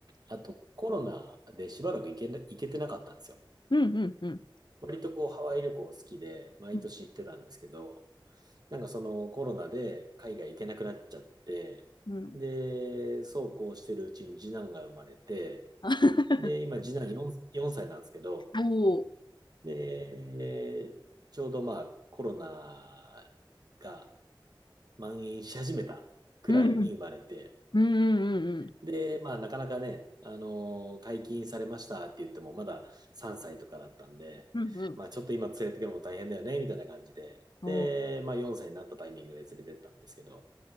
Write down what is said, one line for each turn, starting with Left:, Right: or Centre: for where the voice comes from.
Right: あとコロナでしばらく行けな、行けてなかったんですよ。
Left: うんうんうん。
Right: 割とこうハワイ旅行好きで、毎年行ってたんですけど、
Left: うん
Right: なんかそのコロナで海外行けなくなっちゃって、
Left: うんうん。
Right: で、そうこうしてるうちに次男が生まれて、
Left: <laughs>
Right: で、今次男4、4歳なんですけど、
Left: おー
Right: で、ちょうどまあコロナが蔓延し始めたくらいに生まれて、
Left: うんうんうんうんうん
Right: で、まあなかなかね、あの解禁されましたって言ってもまだ3歳とかだったんで、
Left: うんうんうん
Right: まあちょっと今連れてくるのも大変だよね、みたいな感じで、
Left: おー
Right: で、まあ4歳になったタイミングで連れてったんですけど、